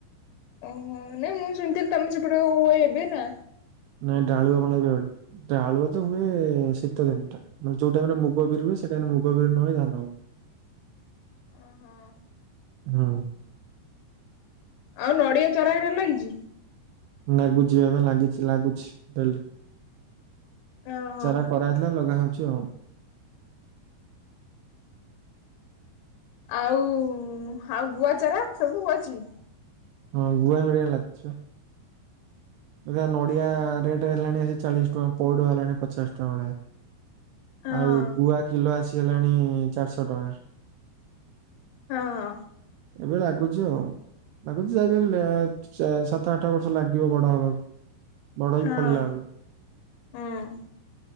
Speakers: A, on the left (about 85°); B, on the right (about 90°).
A: ଓହୋ ନାଇଁ ମୁଁ ଶୁଣିଥିଲି ତମେ ସେପଟ ହୁଏ ଏବେ ନା।
B: ନାଇଁ ଡାଳୁଆ ବଣ ଏବେ ହୁଏନି ଡାଳୁଆ ତ ହୁଏ ଶୀତ ଦିନ ଟା। ମାନେ ଯୋଉ ଟାଇମ୍ ରେ ମୁଗ ବିରି ହୁଏ ସେଇ ଟାଇମ ରେ ମୁଗ ବିରି ନ ହେଇ ଧାନ।
A: ଅଁ ହଁ।
B: ହୁଁ।
A: ଆଉ ନଡ଼ିଆ ଚାରା ହେରିକା ଲାଗିଛି?
B: ଲାଗୁଛି ବା ଏବେ ଲାଗିଛି ଲାଗୁଛି ଡେଲି।
A: ଓହୋ
B: ଚାରା କରା ହେଇଥିଲା ଲଗା ହୋଉଛି ଆଉ।
A: ଆଉ ଆଉ ଗୁଆଚାରା ସବୁ <unintelligible> ଇଛି?
B: ହଁ ଗୁଆ ନଡ଼ିଆ ଲାଗୁଛି ବା। ଏଇ <unintelligible> ନଡ଼ିଆ ରେଟ ହେଲାଣି ଆସି ଚାଳିଶ ଟଙ୍କା ପଇଡ଼ ହେଲାଣି ପଚାଶ ଟଙ୍କା ଭଳିଆ।
A: ହଁ
B: ଆଉ ଗୁଆ କିଲୋ ଆସି ହେଲାଣି ଚାରିଶହ ଟଙ୍କା।
A: ହଁ।
B: ଏବେ ଲାଗୁଛି ଆଉ। ଲାଗୁଛି ଯାହାବି ହେଲେ <unintelligible> ଚା ସାତ ଆଠ ବର୍ଷ ଲାଗିବ ବଡ଼ ହବାକୁ। ବଡ଼ ହେଇ
A: ହଁ
B: ଫଳିଲା ବେଳକୁ
A: ହୁଁ।